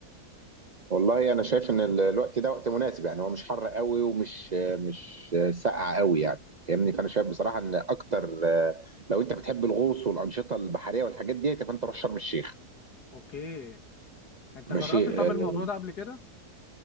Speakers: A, on the right; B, on the left.
A: والله انا شايف ان ال- الوقت ده وقت مناسب يعني هو مش حر قوي ومش مش ساقع قوي يعني فاهمني فانا شايف بصراحه ان اكتر أه، لو انت بتحب الغوص والانشطه البحريه والحاجات دي فانت روح شرم الشيخ
B: اوكي انت
A: ماشي
B: جربت
A: اه
B: طب الموضوع ده قبل كده